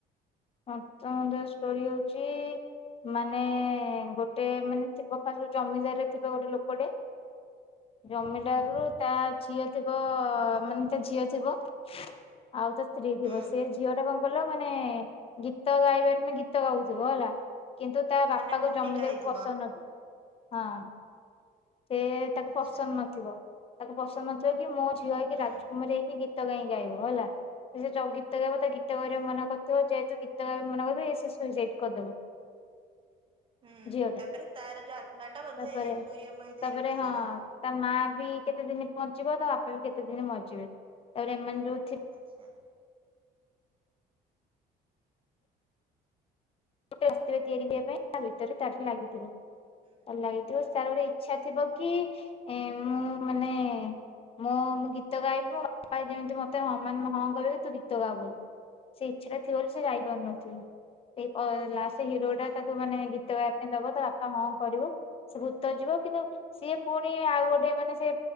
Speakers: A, on the left (about 35°); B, on the right (about 30°).
A: ମନ୍ତ୍ର ମୁଣ୍ଡ ର ଷ୍ଟୋରି ହଉଛି ମାନେ ଗୋଟେ ମାନେ ଥିବ ଫା ସବୁ ଜମିଦାରରେ ଥିବ ଗୋଟେ ଲୋକଟେ। ଜମିିଲାରୁୁ
B: ହୁଁ ହୁଁ
A: ତା ଝିଅ ଥିବ ମାନେ ତା ଝିଅ ଥିବ ଆଉ ତା ସ୍ତ୍ରୀ
B: ହୁଁ।
A: ଥିବ ସେ ଝିଅ ଟା କଣ କଲ ମାନେ ଗୀତ ଗାଇବାରେ ମାନେ ଗୀତ ଗାଉଥିବ ହେଲା। କିନ୍ତୁ ତା
B: ମାନେ
A: ବାପା
B: ଭୂମିକା
A: କୁ ଜମି ଦେଲେକୁ
B: ହେଇଥିବ
A: ପସାରୁ ନାନ୍ତି ହଁ। ସେ ତାକୁ
B: ଆଚ୍ଛା
A: ପସନ୍ଦ ନଥିବ ତାକୁ ପସନ୍ଦ ନଥିବ କି ମୋ ଝିଅ ହେଇକି
B: ହୁଁ।
A: ରାଜକୁମାରୀ ହେଇକି ଗୀ ଗୀତ କାଇଁ ଗାଇବ ହେଲା ସେ ଗୀତ ଗାଇବ ତ ଗୀତ
B: ହୁଁ ହୁଁ
A: ଗ ମନ କ ତ ଯେହେତୁ ଗୀତ ଗାଇବାକୁ ମନା କରିଦବ ଏ ସିଏ ସୁଇସାଇଡ୍ କରିଦବ।
B: ହୁଁ
A: ଝିଅ ଟା
B: ତାପରେ ତାର ଯୋଉ ଆତ୍ମା ଟା ବୋଧେ
A: ତାପରେ
B: ଏଇ ସୂର୍ଯ୍ୟ ମହିଦେହରେ
A: ତାପରେ
B: ପଶିବ।
A: ହଁ ତା ମା ବି କେତେ ଦିନ ମଞ୍ଚିବ ତା ବାପା ବି କେତେ ଦିନ ମଞ୍ଚିବେ ତାପରେ ଏମାନେ ଯୋଉ
B: ଆଚ୍ଛା।
A: ଗୋଟେ ଆସିିବ ତିଆରି କରିବା ପାଇଁ ତା ଭିତରେ ତାଠି ଲାଗିଥିବ
B: ହୁଁ।
A: ତାର ଲାଗିଥିବ। ତାର୍ ଗୋଟେ ଇଚ୍ଛା ଥିବ କି ମୁଁ ମାନେ ମୁଁ ମୁଁ ଗୀତ ଗାଇବି ବାପ ଯେମିତି ମତେ ହଁ ମାନେ ହଁ କହିବେ ତୁ ଗୀତ ଗା ବୋଲି। ସେ ଇଛାଟା ଥିବ ବୋଲି ସେ ଯାଇପାରୁନଥିବ।
B: ହୁଁ
A: ଓ ଲାଷ୍ଟ ହିରୋ
B: ହୁଁ
A: ଟା ତାକୁ ମାନେ ଗୀତ ଗାଇବା ପାଇଁ ଦବ ତ ବାପା ହଁ କରିବ। ସେ ଭୂତ ଜୀବ କିନ୍ତୁ ସିଏ ପୁଣି ଆଉ ଗୋଟେ ମାନେ ସେ